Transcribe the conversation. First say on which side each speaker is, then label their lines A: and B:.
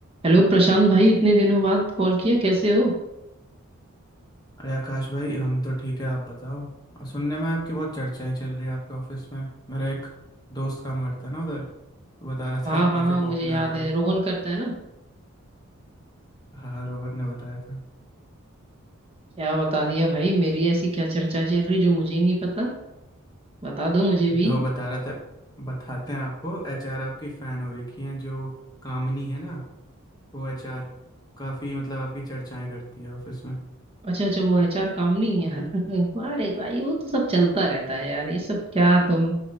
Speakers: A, on the right (about 25°); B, on the left (about 20°).
A: Hello Prashant भाई इतने दिनों बाद कॉल किया कैसे हो
B: अरे आकाश भाई हम तो ठीक है आप बताओ और सुनने में आपकी बहुत चर्चाएं चल रही है आपके ऑफिस में मेरा एक दोस्त काम करता है ना उधर वो बता रहा
A: हाँ
B: था आप
A: हाँ
B: काफ़ी पॉपुलर
A: मुझे याद
B: हो रहे
A: है
B: हो
A: रोहन करता है ना
B: हाँ रोहन ने बताया था
A: क्या बता दिया भाई मेरी ऐसी क्या चर्चा चल रही जो मुझे ही नहीं पता बता दो मुझे भी
B: अरे वो बता रहा था बताते हैं आपको एचआर आपकी फ़ैन हो रखी हैं जो कामनी है ना वो एचआर काफ़ी मतलब आपकी चर्चाएं करती है ऑफिस में
A: अच्छा अच्छा वो एचआर काम नहीं है <laughs> अरे भाई वो तो सब चलता रहता है यार ये सब क्या तुम